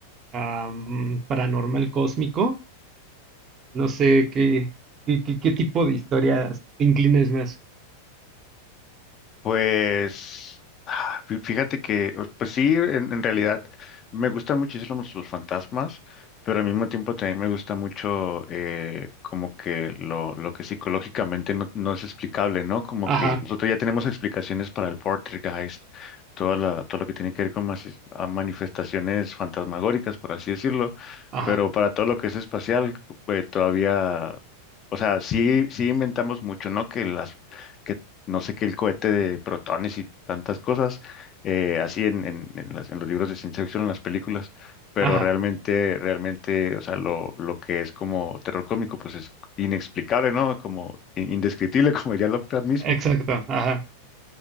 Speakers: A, on the right; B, on the left.
A: am, paranormal cósmico. No sé qué, qué, qué- qué tipo de historias te inclines más.
B: Pues ah, fí- fíjate que, o- pues sí, en, en realidad me gustan muchísimo los fantasmas, pero al mismo tiempo también me gusta mucho eh, como que lo, lo que psicológicamente no, no es explicable, ¿no? Como
A: Ajá,
B: que nosotros ya tenemos explicaciones para el poltergeist, toda la, todo lo que tiene que ver con mas- a manifestaciones fantasmagóricas, por así decirlo,
A: ajá,
B: pero para todo lo que es espacial, pues todavía, o sea, sí, sí inventamos mucho, ¿no? Que las... que no sé qué, el cohete de protones y tantas cosas, eh, así en, en, en las- en los libros de ciencia ficción, en las películas, pero
A: ajá,
B: realmente, realmente, o sea, lo, lo que es como terror cómico, pues es inexplicable, ¿no? Como in- indescriptible, <laughs> como diría Lovecraft mismo.
A: exacto, ajá.